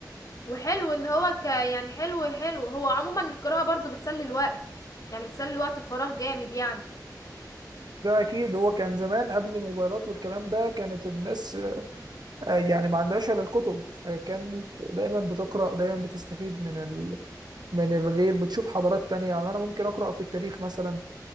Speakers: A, on the left; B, on the right.
A: وحلو ان هو ك يعني حلو حلو هو عموما القراءة برضو بتسلي الوقت يعني بتسلي وقت الفراغ جامد يعني
B: ده أكيد هو كان زمان قبل الموبايلات والكلام ده كانت الناس آه، يعني ما عندهاش إلا الكتب كانت دايما بتقرأ دايما بتستفيد من ال... من الغير بتشوف حضارات تانية يعني أنا ممكن أقرأ في التاريخ مثلا